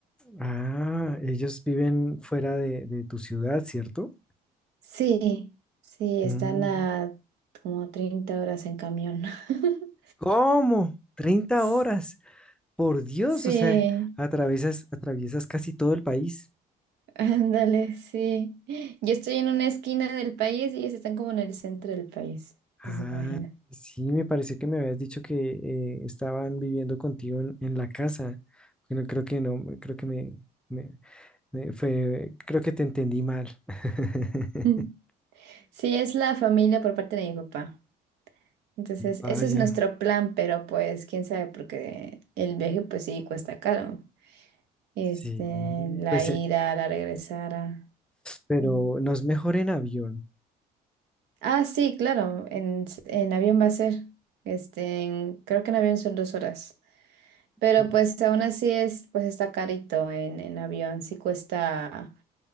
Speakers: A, in the centre; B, on the right.
A: Ah, ellos viven fuera de, de tu ciudad, ¿cierto?
B: Sí, sí, están
A: Mm,
B: a como 30 horas en camión. <laughs>
A: ¿Cómo? 30
B: S-
A: horas. Por Dios,
B: Sí,
A: o sea, atraviesas, atraviesas casi todo el país.
B: ándale, sí. Yo estoy en una esquina del país y ellos están como en el centro del país,
A: Ah,
B: entonces imagina.
A: sí, me pareció que me habías dicho que eh, estaban viviendo contigo en, en la casa. Bueno, creo que no, creo que me, me- me fue, creo que te entendí mal. <laughs>
B: <laughs> Sí, es la familia por parte de mi papá. Entonces,
A: Vaya,
B: ese es nuestro plan, pero pues quién sabe, porque el viaje pues sí cuesta caro. Este,
A: sí,
B: la
A: pues,
B: ida,
A: eh,
B: la regresada.
A: pero
B: Mm.
A: no es mejor en avión.
B: Ah, sí, claro, en, s- en avión va a ser. Este, en- creo que en avión son dos horas.
A: <clears throat>
B: Pero pues aún así es, pues está carito en, en avión. Sí cuesta,